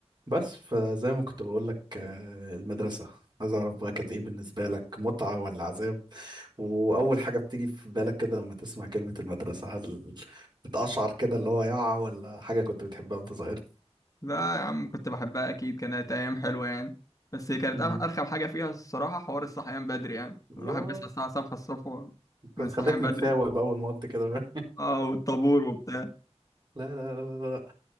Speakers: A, on the right; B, on the left.
A: بس فزي ما كنت بقول لك آه، المدرسة عايز أعرف بقى كانت إيه بالنسبة لك متعة ولا عذاب وأول حاجة بتيجي في بالك كده لما تسمع كلمة المدرسة هل بتقشعر كده اللي هو يعة ولا حاجة كنت بتحبها وأنت صغير؟
B: لا يا عم كنت بحبها اكيد كانت ايام حلوه يعني بس هي كانت
A: امم
B: أر- ارخم حاجه فيها الصراحه حوار الصحيان بدري يعني
A: يا
B: الواحد بيصحى الساعه 7 الصبح
A: انت
B: من
A: خليتنا
B: الصحيان بدري
A: نتساوب أول ما قلت كده <laughs> لا
B: اه والطابور وبتاع
A: لا لا لا لا